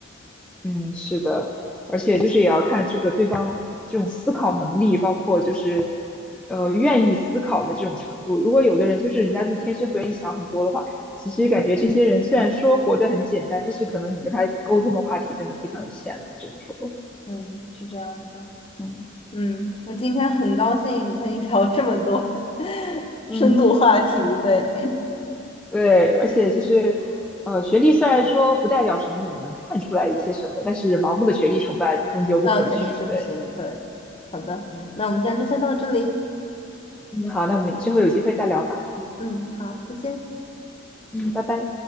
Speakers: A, in the centre; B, on the left.
A: 嗯，是的，而且就是也要看这个对方这种思考能力，包括就是呃愿意思考的这种程度。如果有的人就是人家就天生不愿意想很多的话，其实感觉这些人虽然说活得很简单，但是可能你跟他沟通的话题真的非常有限了，只能说，
B: 嗯，是这样子。
A: 嗯
B: 嗯，那今天很高兴和你聊这么多 <laughs>
A: 嗯
B: 深度话题，对，
A: 对，而且就是呃学历虽然说不代表什么，也能看出来一些什么，但是盲目的学历崇拜终究不可取。
B: <clears throat> 那肯定是不行，
A: 对，
B: 对。好的，
A: 嗯
B: 那我们今天就先到这里。
A: 嗯，好，那我们之后有机会再聊吧，
B: 嗯，好，再见。
A: 嗯，拜拜。